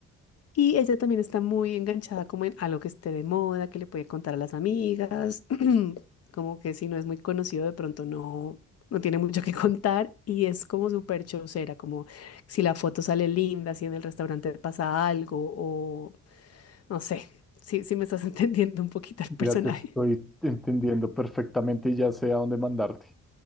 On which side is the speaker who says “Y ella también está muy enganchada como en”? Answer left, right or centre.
Left